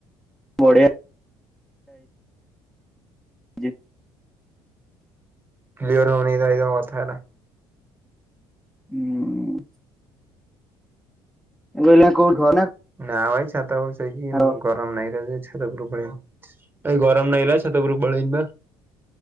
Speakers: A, in the centre; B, on the right.
A: ବଢିଆ ଯେ
B: କ୍ଲିଅର ହଉନି ଭାଇ ତମ କଥାଟା।
A: ହୁଁ। <inaudible>
B: ନା ଭାଇ ଛାତ ଉପରେ ଶୋଇଚି
A: କଣ?
B: <unintelligible> ଗରମ୍ ନାଗିଲା ଯେ ଛାତ ଉପରୁ ପଳେଇଆଇଲି <unintelligible> ଗରମ ନାଗିଲା ଛାତ ଉପରକୁ ପଳେଇ ଆଇଲି ବା।